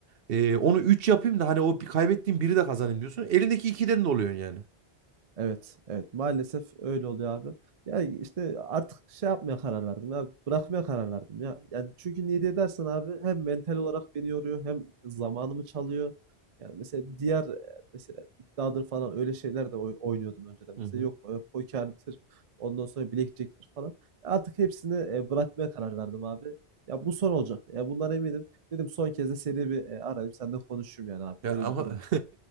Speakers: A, on the right (about 65°); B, on the right (about 45°).
A: Ee, onu üç yapayım da hani o bir kaybettiğim biri de kazanayım diyorsun. Elindeki ikiden de oluyorsun yani.
B: Evet, evet. Maalesef öyle oluyor abi. Ya işte artık şey yapmaya karar verdim ya. Bırakmaya karar verdim ya. Yani çünkü niye diye dersen abi hem mental olarak beni yoruyor hem zamanımı çalıyor. Yani mesela diğer e, mesela iddiadır falan öyle şeyler de oy- oynuyordum önceden.
A: Hı
B: Mesela
A: hı.
B: yok e, pokerdir, ondan sonra blackjack'tir falan. Artık hepsini e, bırakmaya karar verdim abi. Ya bu son olacak. Ya bundan eminim. Dedim son kez de seni bir e, arayayım, senden konuşayım yani abi.
A: Ya
B: Böyle
A: ama
B: bir durum
A: <laughs>
B: var.